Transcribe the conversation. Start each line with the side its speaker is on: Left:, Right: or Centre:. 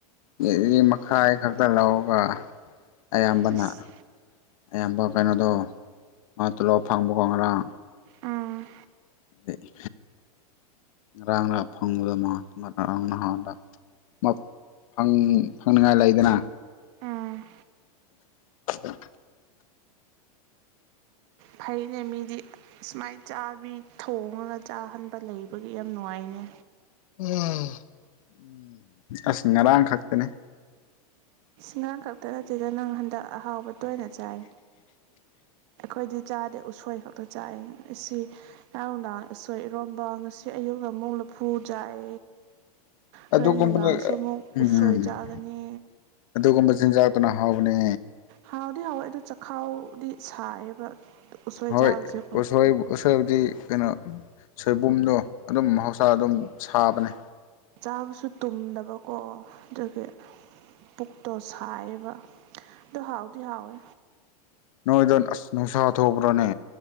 Left: ꯀ‌ꯦꯖꯤ ꯃꯈꯥꯏ ꯈꯛꯇ ꯂꯧꯒ ꯑꯌꯥꯝꯕꯅ
Right: ꯑꯁ
Left: ꯑꯌꯥꯝꯕ ꯀꯩꯅꯣꯗꯣ ꯃꯥ ꯇ‌ꯣꯂꯣꯞ ꯐꯪꯕ ꯀ‌ꯣ ꯉꯔꯥꯡ
Right: ꯎꯝ
Left: ꯑ‌ꯦ ꯉꯔꯥꯡ ꯔ ꯐꯪꯕꯗ‌ꯣ ꯃꯥ ꯉꯔꯥꯡ ꯅꯍꯥꯟꯗ ꯃꯛ ꯐꯪ ꯐꯪꯅꯤꯡꯉꯥꯏ ꯂꯩꯗꯅ
Right: ꯎꯝ
Left: ꯑꯒ
Right: ꯐꯩꯅꯦ ꯃꯤꯗꯤ ꯁꯨꯃꯥꯏ ꯆꯥꯕꯤ ꯊꯣꯡꯉꯒ ꯆꯥꯍꯟꯕ ꯂꯩꯕꯒꯤ ꯌꯥꯝ ꯅꯨꯉꯥꯏꯅꯦ
Left: ꯎꯝ ꯑꯁ ꯉꯔꯥꯡ ꯈꯛꯇꯅꯦ
Right: ꯉꯔꯥꯡ ꯈꯛꯇ ꯅꯠꯇ‌ꯦꯗ ꯅꯪ ꯍꯟꯗꯛ ꯑꯍꯥꯎꯕ ꯇꯣꯏꯅ ꯆꯥꯏ ꯑꯩꯈꯣꯏꯗꯤ ꯆꯥꯗꯦ ꯎꯁꯣꯏ ꯈꯛꯇ ꯆꯥꯏ ꯑꯁꯤ ꯉꯔꯥꯡ ꯅꯨꯡꯗꯥꯡ ꯎꯁꯣꯏ ꯏꯔꯣꯝꯕ ꯉꯁꯤ ꯑꯌꯨꯛꯅ ꯑꯃꯨꯛ ꯂꯐꯨ ꯆꯥꯏ ꯍꯣꯔꯦꯟ
Left: ꯑꯗꯨꯒꯨꯝꯕꯗ
Right: ꯅꯨꯡꯗꯥꯡꯁꯨ ꯃꯨꯛ
Left: ꯎꯝ
Right: ꯎꯁꯣꯏ ꯆꯥꯒꯅꯤ
Left: ꯑꯗꯨꯒꯨꯝꯕ ꯆꯤꯟꯖꯥꯛꯇꯨꯅ ꯍꯥꯎꯕꯅꯦ
Right: ꯍꯥꯎꯗꯤ ꯍꯥꯎꯋꯦ ꯑꯗꯣ ꯆꯈꯥꯎꯗꯤ ꯁꯥꯏꯌꯦꯕ ꯎꯁꯣꯏ
Left: ꯍꯣꯏ
Right: ꯆꯥꯕꯁꯦ ꯀꯣ
Left: ꯎꯁꯣꯏ ꯎꯁꯣꯏꯕꯨꯗꯤ ꯀꯩꯅꯣ ꯁꯣꯏꯕꯨꯝꯗꯣ ꯑꯗꯨꯝ ꯃꯍꯧꯁꯥ ꯑꯗꯨꯝ ꯁꯥꯕꯅꯦ
Right: ꯆꯥꯕꯁꯨ ꯇꯨꯝꯗꯕꯀꯣ ꯗꯨꯒꯤ ꯄꯨꯛꯇꯣ ꯁꯥꯏꯌ‌ꯦꯕꯥ ꯗꯨ ꯍꯥꯎꯗꯤ ꯍꯥꯎꯋꯦ
Left: ꯅꯣꯏꯗꯟ ꯑꯁ ꯅꯨꯡꯁꯥ ꯊꯣꯛꯄ꯭ꯔꯅꯦ